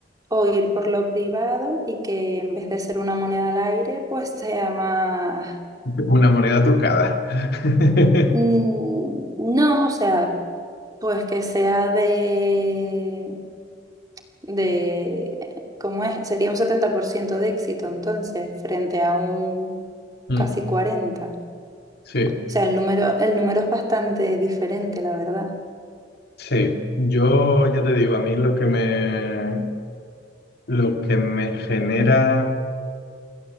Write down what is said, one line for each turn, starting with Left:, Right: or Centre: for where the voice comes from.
Right: o ir por lo privado y que en vez de ser una moneda al aire, pues sea más...
Left: <laughs> una moneda trucada. <laughs>
Right: mm, No, o sea, pues que sea de de, ¿cómo es? Sería un 70% de éxito entonces, frente a un
Left: Mm,
Right: casi 40.
Left: Sí,
Right: O sea, el número, el número es bastante diferente, la verdad.
Left: sí. Yo ya te digo, a mí lo que me, lo que me genera